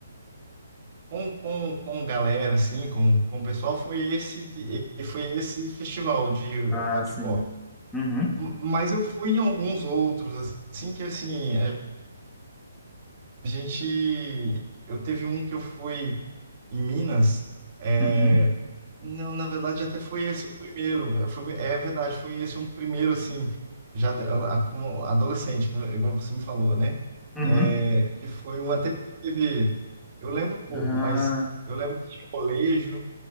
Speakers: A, on the right (about 45°); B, in the centre.
A: com, com, com galera, assim, com, com o pessoal, foi esse, de- foi esse festival de
B: Ah,
A: rock
B: sim.
A: e pop.
B: Uhum,
A: M- Mas eu fui em alguns outros, assim, que, assim, é, A gente. Eu teve um que eu fui em Minas. é,
B: uhum,
A: Não, na verdade, até foi esse o primeiro. eh, Foi... É verdade, foi esse um primeiro, assim, já de- a- a- como adolescente, igual você me falou, né?
B: uhum.
A: É, Que foi um até que teve. Eu lembro pouco,
B: Ah,
A: mas eu lembro que tinha colégio